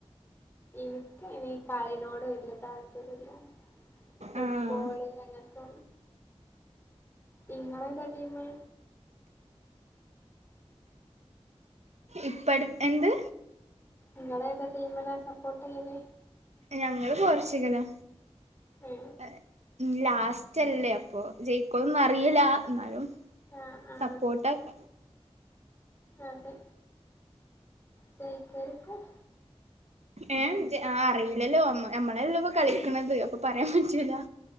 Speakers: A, on the left; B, on the right.
A: എനിക്ക് ഇനി കളിനോട് വല്ല്യ താല്പര്യല്ല ഫുട്ബോള്
B: ആഹ്
A: അങ്ങൻത്തെ ഇങ്ങളെ ഏതാ ടീമ്?
B: ഇപ്പ അട് എന്ത്
A: ഇങ്ങളേതാ ടീമിലാ സപ്പോർട്ട് ചെയ്യല്
B: ഞങ്ങള് പോർച്ചുഗലാ
A: ഏ
B: ഏഹ് ലാസ്റ്റ് അല്ലേ അപ്പൊ ജയിക്കോന്നും അറിയില്ല എന്നാലും
A: ആ ആ
B: സപ്പോർട്ടാക്ക
A: അതെ ജയിക്കായിരിക്കും
B: ഏഹ് ജെ അറിയില്ലല്ലോ നമ്മളെല്ലല്ലോ ഇപ്പൊ കളിക്ക്ണത് അപ്പൊ പറയാൻ പറ്റൂല്ലാ